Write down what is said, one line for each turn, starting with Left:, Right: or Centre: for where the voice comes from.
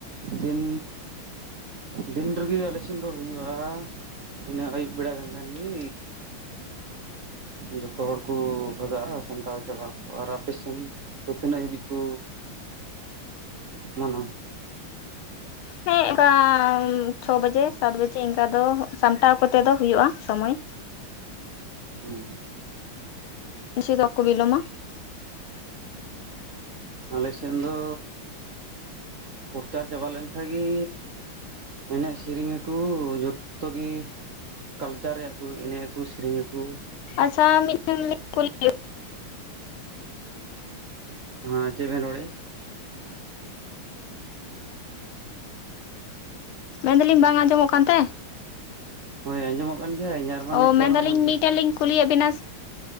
Right: ᱛᱤᱱ ᱫᱤᱱ ᱨᱮᱜᱮ ᱟᱞᱮ ᱥᱮᱱ ᱫᱚ ᱦᱩᱭᱩᱜ-ᱟ᱾ ᱤᱱᱟᱹ ᱟᱹᱭᱩᱵ ᱵᱮᱲᱟ ᱠᱟᱱ ᱠᱷᱟᱱ ᱜᱮ ᱡᱚᱛᱚ ᱦᱚᱲ ᱠᱩ ᱵᱷᱟᱜᱟᱜ-ᱟ ᱥᱟᱢᱴᱟᱣ ᱪᱟᱵᱟᱜ ᱟᱠᱚ, ᱟᱨ ᱟᱯᱮᱥᱱ ᱫᱚ ᱛᱤᱱᱟᱹᱜ ᱦᱟᱹᱵᱤᱡ ᱠᱚ ᱢᱟᱱᱟᱣᱟ?
Left: ᱦᱮᱸ ᱚᱱᱠᱟ ᱪᱷᱚ ᱵᱟᱡᱮ ᱥᱟᱛ ᱵᱟᱡᱮ ᱤᱱᱠᱟ ᱫᱚ ᱥᱟᱢᱴᱟᱣ ᱠᱚᱛᱮ ᱫᱚ ᱦᱩᱭᱩᱜ-ᱟ ᱥᱳᱢᱳᱭ᱾
Right: ᱦᱩᱸ
Left: ᱵᱤᱥᱤ ᱫᱚ ᱵᱟᱠᱚ ᱵᱤᱞᱚᱢᱟ <inaudible>
Right: ᱟᱞᱮ ᱥᱮᱱ ᱫᱚ ᱯᱚᱨᱪᱟᱨ ᱪᱟᱵᱟ ᱞᱮᱱ ᱠᱷᱟᱡ ᱜᱤ ᱮᱱᱮᱡ ᱥᱮᱨᱮᱧ ᱟᱠᱚ ᱡᱚᱛᱚ ᱜᱮ ᱠᱟᱞᱪᱟᱨ ᱨᱮᱭᱟᱜ ᱠᱚ ᱮᱱᱮᱡ, ᱟᱠᱚ ᱥᱮᱨᱮᱧ, ᱟᱠᱚ
Left: ᱟᱪᱪᱷᱟ ᱢᱤᱫᱴᱮᱱ <unintelligible> ᱠᱩᱞᱤ
Right: ᱦᱮ ᱪᱮᱫ ᱵᱮᱱ ᱨᱚᱲᱮᱫ-ᱟ?
Left: ᱢᱮᱱ ᱫᱟᱞᱤᱧ ᱵᱟᱝ ᱟᱸᱡᱚᱢᱚᱜ ᱠᱟᱱ ᱛᱮ?
Right: ᱦᱳᱭ ᱟᱸᱡᱚᱢᱚᱜ ᱠᱟᱱ ᱜᱮᱭᱟ ᱟᱨ ᱤᱧᱟᱜ ᱨᱮᱢᱟ ᱱᱮᱴᱣᱟᱨᱠ
Left: ᱚ ᱢᱮᱱᱫᱟᱞᱤᱧ
Right: ᱦᱚᱸ ᱢᱚᱸᱡᱽ
Left: ᱢᱤᱫᱴᱮᱱ ᱞᱤᱧ ᱠᱩᱞᱤᱭᱮᱫ ᱵᱮᱱᱟ